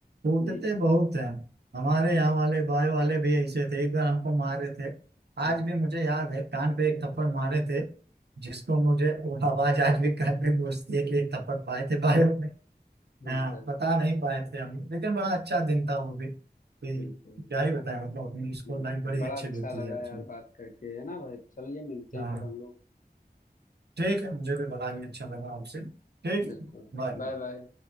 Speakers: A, on the right; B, on the left.
A: कूटते
B: ये
A: बहुत हैं हमारे यहाँ वाले बायो वाले भी ऐसे थे एक बार हमको मारे थे
B: हम्म,
A: आज भी मुझे याद है कान पे एक थप्पड़ मारे थे जिसको मुझे वो आवाज आज भी कान में गूंजती है कि एक थप्पड़ पाए थे बायो
B: बिल्कुल
A: हाँ बता नहीं पाए थे हम लेकिन बड़ा अच्छा दिन था वो भी कि
B: बिल्कुल
A: क्या ही बताएं मतलब अपनी स्कूल
B: बिल्कुल।
A: लाइफ बड़ी
B: बड़ा
A: अच्छी
B: अच्छा
A: बीती
B: लगा
A: है उसमें
B: यार बात करके है ना भाई चलिए मिलते
A: हाँ
B: हैं फिर हम लोग
A: ठीक है मुझे भी बड़ा ही अच्छा लगा आपसे ठीक
B: बिल्कुल
A: बाय
B: Bye bye